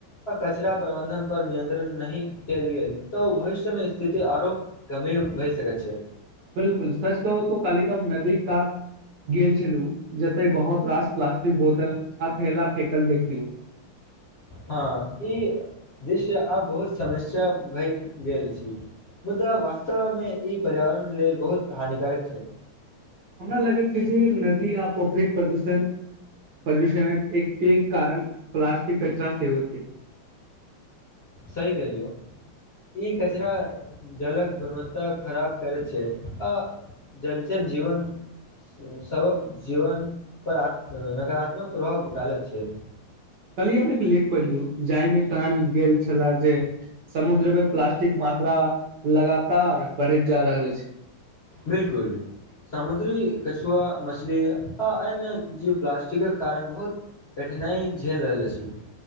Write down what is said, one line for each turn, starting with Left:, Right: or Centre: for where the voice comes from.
Left: आ कचरा प्रबन्धनपर नियन्त्रण नहि केलियै तऽ भविष्यमे स्थिति आरो गम्भीर भए सकैत छै।
Right: बिलकुल सच कहू तो काली क नदी कात गेल छलु जते बहुत रास प्लास्टिक बोतल आब फैला फेकल देख लिौ।
Left: हँ ई दृश्य आब बहुत समस्या भए गेल छी मुदा वास्तवमे ई पर्यावरण लेल बहुत हानिकारक छै।
Right: हमरा लागे छै जे नदी आ पोखरि प्रदूष प्रदूषणक एक पेघ कारण प्लास्टिक कचरा सेहोव छै।
Left: सही केलियौ ई कचरा जलक गुणवत्ता खराब करैत छै आ जलचर जीवन सभक जीवनपर नकारात्मक प्रभाव ालैत छै।
Right: कल एक लेक पढ़ लियौ जाइमे। कह गेल छल जे समु्र मे प्ास्टिक <unintelligible> मात्रा लगातार बढ़ैत जा रहल अछि।
Left: बिलकुल सामुद्री कछुआ मछली आ अन्य जे प्लास्टिकक कारण बहुत कठिनाइ झेल रहल अछि।